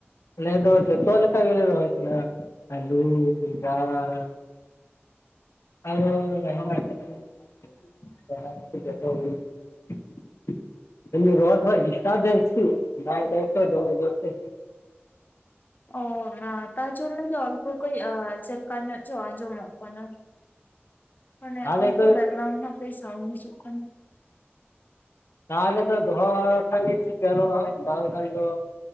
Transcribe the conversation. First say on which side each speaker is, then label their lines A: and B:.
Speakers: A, on the left (about 85°); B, on the left (about 45°).
A: ᱟᱞᱮ ᱫᱚ ᱡᱚᱛᱚ ᱞᱮᱠᱟ ᱜᱮᱞᱮ ᱨᱚᱦᱚᱭ <unintelligible> ᱟᱞᱩ ᱵᱮᱸᱜᱟᱲ ᱟᱨᱚ <unintelligible> ᱨᱚᱲ ᱠᱚᱦᱚ ᱰᱤᱥᱴᱟᱯ ᱫᱟᱭ ᱥᱮ ᱪᱮᱫ ᱫᱟᱜ ᱫᱟᱭ ᱛᱚ ᱫᱚᱢᱮ ᱡᱳᱨ ᱛᱮ
B: ᱚ ᱛᱟᱨ ᱡᱟᱱᱱᱮ ᱜᱮ ᱚᱞᱯᱚ ᱠᱟᱹᱡ ᱡᱮᱞ ᱠᱟ ᱧᱚᱜ ᱪᱚ ᱟᱸᱡᱚᱢᱚᱜ ᱠᱟᱱᱟ ᱢᱟᱱᱮ
A: ᱛᱟᱦᱚᱞᱮ
B: ᱚᱞᱯᱚ
A: ᱮᱠᱴᱩ
B: ᱵᱮᱜᱨᱟᱣᱩᱱ ᱦᱚᱸ ᱠᱟᱹᱡ ᱥᱟᱣᱩᱱᱰ ᱦᱤᱡᱩᱜ ᱠᱟᱱᱟ
A: ᱛᱟᱦᱚᱞᱮ ᱫᱚ ᱫᱚᱦᱚ ᱠᱷᱟ ᱜᱮ ᱴᱷᱤᱠᱟᱨᱚᱜᱼᱟ ᱵᱟᱝᱠᱷᱟᱱ ᱫᱚ